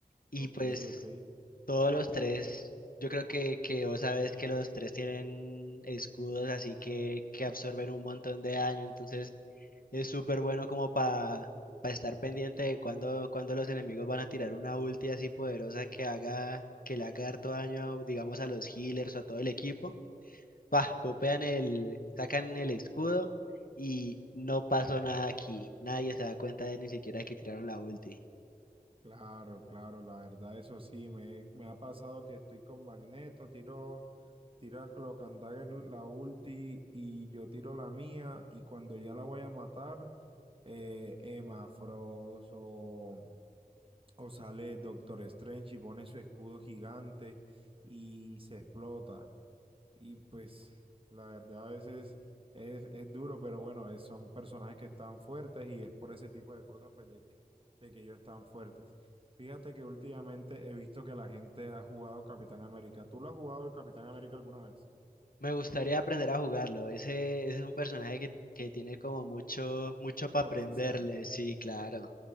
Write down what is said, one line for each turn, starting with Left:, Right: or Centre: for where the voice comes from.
Left: Y
Right: ok,
Left: pues
Right: ok.
Left: Todos los tres, yo creo que, que vos sabes que los tres tienen escudos, así que, que absorben un montón de daño, entonces es súper bueno como para estar pendiente de cuando, cuando los enemigos van a tirar una ulti así poderosa que haga, que le haga harto daño, digamos, a los healers o a todo el equipo. Pa, popean el, sacan el escudo y no pasó nada aquí. Nadie se da cuenta de ni siquiera que tiraron la ulti.
Right: Claro, claro, la verdad, eso sí, me, me ha pasado que estoy con Magneto, tiro, tiro a Cloak and Dagger la ulti y yo tiro la mía y cuando ya la voy a matar, eh, Emma Frost o, o sale Doctor Strange y pone su escudo gigante y se explota. Y pues la verdad a veces es, es duro, pero bueno, es- son personajes que están fuertes y es por ese tipo de cosas pues de que, de que ellos están fuertes. Fíjate que últimamente he visto que la gente ha jugado Capitán América. ¿Tú lo has jugado el Capitán América alguna vez?
Left: Me gustaría aprender a jugarlo. Ese, ese es un personaje que, que tiene como mucho, mucho para
Right: Potencial.
Left: aprenderle. Sí, claro